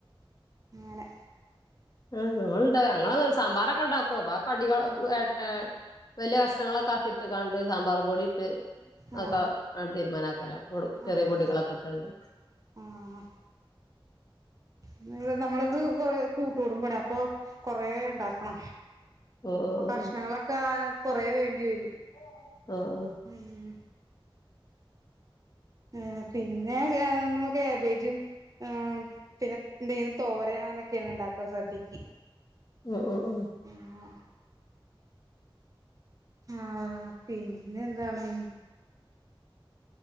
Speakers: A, on the right (about 40°); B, on the left (about 45°).
A: അങ്ങനെ
B: ആ നമ്മൾ ടെ ങ്ങളതോര് സമ്പാറൊക്കെ ണ്ടാക്കും. അപ്പാ കടിക ഏഹ് വലിയ കഷങ്ങളൊക്കാക്കിട്ട്കാണ്ട് സാമ്പാറ് പൊടിട്ട്
A: ആ
B: അ ഒക്കെ ആണ്ട് തീര്മാനാക്കലാ പൊളും
A: ആ
B: ചെറിയ
A: ആ
B: പൊടികളൊക്കെ ഇട്ടാണ്ട്
A: ആ <unintelligible> നമ്മളത് കൊറേ കൂട്ട്കൂടുമ്പാണേ അപ്പൊ കൊറേണ്ടാക്കണം
B: ഓ
A: അപ്പൊ
B: ഓ ഓ
A: കഷ്ണങ്ങളൊക്കായാ കൊറേ വേണ്ടി വരും
B: ഓ ആഹ് ആഹ്
A: ഊം മ് പിന്നെ <unintelligible> ഇമ്മ കാബേജും, ആ പിന്നെ എന്തേലും തോരന് അങ്ങനൊക്കെയാണ് ഉണ്ടാക്കുക സദ്യക്ക്.
B: ഓഹ് ഓഹ് ഓ
A: ആഹ് ആഹ് പിന്നെ എന്താണ്?